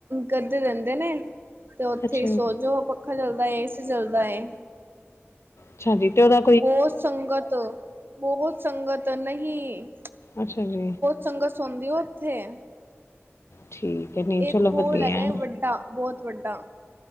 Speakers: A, on the right; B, on the left.
A: ਗੱਦੇ ਦੇਂਦੇ ਨੇ। ਤੇ ਓਥੇ
B: ਅੱਛਾ
A: ਈ ਸੋਜੋ, ਪੱਖਾ ਚੱਲਦਾ ਏ, ਏਸੀ ਚੱਲਦਾ ਏ।
B: ਅੱਛਾ ਜੀ, ਤੇ ਓਦਾ
A: ਬੋਤ ਸੰਗਤ, ਬੋਹਤ ਸੰਗਤ ਨਹੀ।
B: ਅੱਛਾ ਜੀ।
A: ਸੰਗਤ ਸੋਂਧੀ ਏ ਓਥੇ।
B: ਠੀਕ। ਹੈ ਨਹੀਂ
A: ਗਕ
B: ਚਲੋ
A: ਹੋਲ
B: ਵਧੀਆ
A: ਹੈਗਾ ਵੱਡਾ ਬੋਤ ਵੱਡਾ